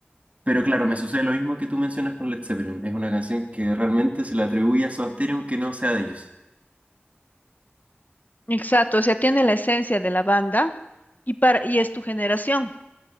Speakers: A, on the right; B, on the left.
A: pero claro, me sucede lo mismo que tú mencionas con Led Zeppelin. Es una canción que realmente se le atribuye a Soda Stereo aunque no sea de ellos.
B: Exacto, o sea, tiene la esencia de la banda y para y es tu generación,